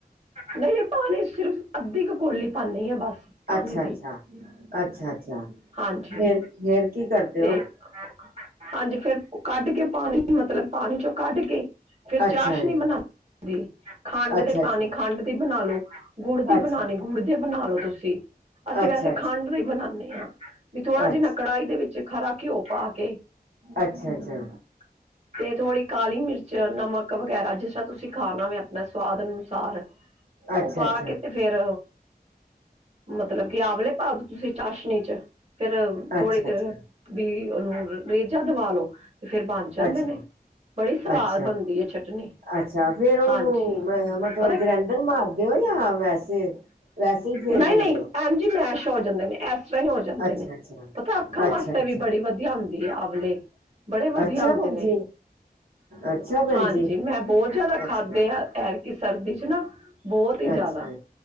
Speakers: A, on the right; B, on the right.
A: ਨਹੀਂ ਇਹ ਪਾਣੀ ਸਿਰਫ ਅੱਧੀ ਕ ਕੋਲੀ ਪਾਂਣੀ ਆ ਬਸ ਪਾਣੀ
B: ਅੱਛਾ-
A: ਦੀ
B: ਅੱਛਾ -ਅੱਛਾ -ਅੱਛਾ
A: ਹਾਂਜੀ
B: ਫੇਰ- ਫੇਰ ਕੀ ਕਰਦੇ
A: ਤੇ
B: ਹੋ।
A: ਹਾਂਜੀ ਫੇਰ ਕੱਢ ਕੇ 'ਚ ਪਾਣੀ ਮਤਲਬ ਪਾਣੀ 'ਚੋਂ ਕੱਢ ਕੇ ਫਿਰ
B: ਅੱਛਾ
A: ਚਾਸ਼ਨੀ
B: ਜੀ,
A: ਬਣਾਂਦੀ ਖੰਡ
B: ਅੱਛਾ
A: ਦੇ ਪਾਣੀ
B: ਅੱਛਾ,
A: ਖੰਡ ਦੀ ਬਣਾ ਲਓ। ਗੁੜ ਦੀ
B: ਅੱਛਾ
A: ਬਣਾਣੀ
B: ਜੀ,
A: ਗੁੜ ਦੇ ਬਣਾ ਲਓ ਤੁਸੀਂ ਅਸੀਂ
B: ਅੱਛਾ
A: ਵੈਸੇ
B: ਅੱਛਾ,
A: ਖੰਡ ਲਈ ਬਣਾਦੇ ਹਾਂ। ਵੀ ਥੋੜਾ ਜਿਹੀ
B: ਅੱਛਾ।
A: ਨਾ ਕੜਾਹੀ ਦੇ ਵਿੱਚ ਖਰਾ ਘਿਓ ਪਾ ਕੇ
B: ਅੱਛਾ- ਅੱਛਾ
A: <inaudible> ਤੇ ਥੋੜ੍ਹੀ ਕਾਲੀ ਮਿਰਚ ਨਮਕ ਵਗੈਰਾ ਜਿਸ ਤਰ੍ਹਾਂ ਤੁਸੀਂ ਖਾਣਾ ਵੇ ਆਪਣਾ ਸਵਾਦ ਅਨੁਸਾਰ ਤੇ
B: ਅੱਛਾ
A: ਓ ਪਾ
B: ਅੱਛਾ,
A: ਕੇ ਤੇ ਫੇਰ ਮਤਲਬ ਕਿ ਆਵਲੇ ਪਾ ਦੋ ਤੁਸੀਂ ਚਾਸ਼ਨੀ 'ਚ ਫੇਰ
B: ਅੱਛਾ
A: ਥੋੜੀ ਦੇਰ
B: ਅੱਛਾ,
A: ਵੀ ਓਨੂੰ ਰ ਰੇਜਾ ਦਵਾ ਲੋ ਤੇ ਫੇਰ ਬਣ ਜਾਂਦੇ
B: ਅੱਛਾ।
A: ਨੇ। ਬੜੀ ਸਵਾਦ
B: ਅੱਛਾ
A: ਬਣਦੀ ਐ ਚਟਨੀ।
B: ਅੱਛਾ ਫੇਰ ਓਨੂੰ
A: ਹਾਂਜੀ
B: ਮ ਮਤਲਬ
A: ਪਤਾ
B: ਗ੍ਰੈਂਡਰ ਮਾਰ ਦੇਓ ਯਾਂ ਵੈਸੇ ਵੈਸੇ ਹੀ ਫੇਰ
A: ਨਹੀ-ਨਹੀ
B: ਦਿੰਦੇ ਹੋ
A: ਭੈਣਜੀ ਮੈਸ਼ ਹੋ ਜਾਂਦੇ ਨੇ ਐਸ ਤਰ੍ਹਾਂ ਈ ਹੋ ਜਾਂਦੇ
B: ਅੱਛਾ
A: ਨੇ
B: ਅੱਛਾ
A: ਪਤਾ ਅੱਖਾਂ
B: ਅੱਛਾ
A: ਵਾਸਤੇ
B: ਅੱਛਾ
A: ਵੀ ਬੜੀ ਵਧੀਆ ਹੁੰਦੀ ਆਵਲੇ ਬੜੇ ਵਧੀਆ
B: ਅੱਛਾ
A: ਹੁੰਦੇ
B: ਭੈਣ
A: ਨੇ,
B: ਜੀ ਅੱਛਾ ਭੈਣ
A: ਹਾਂਜੀ
B: ਜੀ
A: ਮੈਂ ਬੋ ਜਾਦਾ
B: ਅੱਛਾ
A: ਖਾਦੇ ਆ। ਐਰ ਕੀ ਸਰਦੀ ਚ ਨਾ ਬਹੁਤ ਹੀ
B: ਅੱਛਾ
A: ਜ਼ਿਆਦਾ
B: ਜੀ,